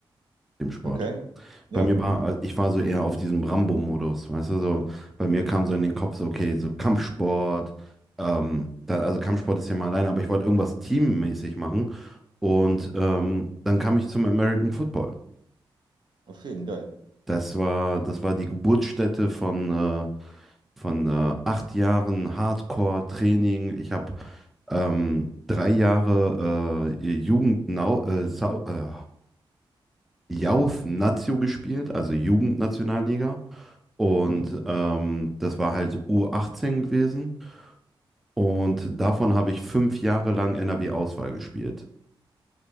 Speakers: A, in the centre; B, on the right.
A: dem Sport.
B: Okay. Ja,
A: Bei mir war, äh, ich war so eher auf diesem Rambo-Modus, weißt du, so, bei mir kam so in den Kopf so, okay, so Kampfsport, ähm, da, also Kampfsport ist ja mal alleine, aber ich wollte irgendwas teammäßig machen und ähm, dann kam ich zum American Football.
B: auf jeden Fall, geil.
A: Das war, das war die Geburtsstätte von, äh, von äh, acht Jahren Hardcore-Training. Ich habe ähm, drei Jahre äh, Jugend Nau, äh, Sau, äh, Youth Nazio gespielt, also Jugendnationalliga. Und
B: Mhm.
A: ähm, das war halt U18 gewesen. Und davon habe ich fünf Jahre lang NRW-Auswahl gespielt.